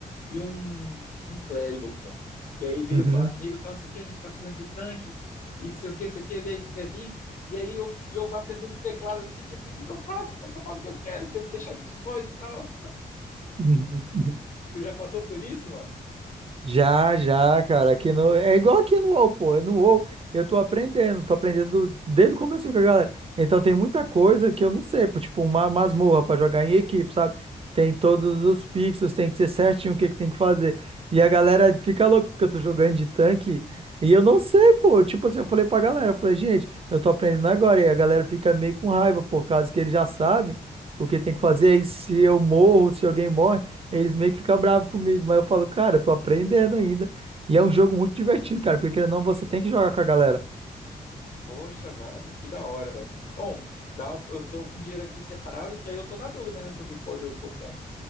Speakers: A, on the left; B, on the right.
A: e um, um clérigo, pô. Que aí veio
B: uhum,
A: falar comigo, tá, não sei o que, a gente tá precisando de tanque, e sei o que, sei o que, e aí tu quer vir? E aí eu, e eu batendo no teclado assim, tipo, o que que eu faço? Como é que eu falo o que eu quero? Que eu não tenho chat de voz e tal.
B: uhum. uhum.
A: Tu já passou por isso, mano?
B: Já, já, cara, aqui no... É igual aqui no UOL, pô, é no UOL eu tô aprendendo, tô aprendendo desde o começo com a galera. Então tem muita coisa que eu não sei, pô, tipo uma masmorra pra jogar em equipe, sabe? Tem todos os pixels, tem que ser certinho o que que tem que fazer. E a galera fica louca porque eu tô jogando de tanque e eu não sei, pô. Tipo assim, eu falei pra galera, eu falei, gente, eu tô aprendendo agora. E a galera fica meio com raiva por causa que ele já sabe o que tem que fazer. E se eu morro, se alguém morre. Eles meio que ficam bravos comigo, mas eu falo, cara, eu tô aprendendo ainda. E é um jogo muito divertido, cara, porque querendo ou não, você tem que jogar com a galera.
A: Poxa, velho, que da hora, velho. Bom, dá, eu tô com dinheiro aqui separado, que aí eu tô na dúvida, né, pra ver qual jogo que eu compro.